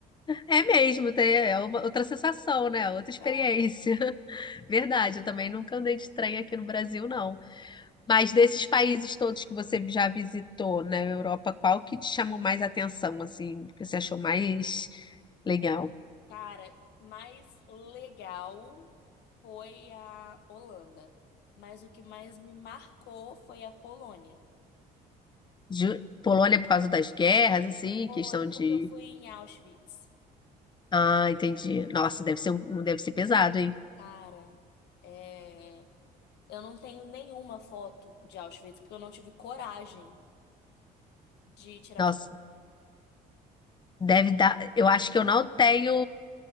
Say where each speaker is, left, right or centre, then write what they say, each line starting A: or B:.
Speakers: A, on the left (about 25°); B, on the left (about 80°).
A: É mesmo, tem- é uma outra sensação, né? Outra experiência.
B: É,
A: <laughs> Verdade, eu também nunca andei de trem aqui no Brasil, não. Mas desses países todos que você já visitou na Europa, qual que te chamou mais atenção, assim, que você achou mais legal?
B: cara, mais legal foi a Holanda. Mas o que mais me marcou foi a Polônia.
A: Ju- Polônia por causa das guerras, assim,
B: Polônia,
A: questão de.
B: porque eu fui em Auschwitz.
A: Ah, entendi. Nossa, deve ser, um- um, deve ser pesado, hein?
B: Cara, é, eu não tenho nenhuma foto de Auschwitz, porque eu não tive coragem de tirar
A: Nossa,
B: foto
A: deve dar. Eu acho que eu não tenho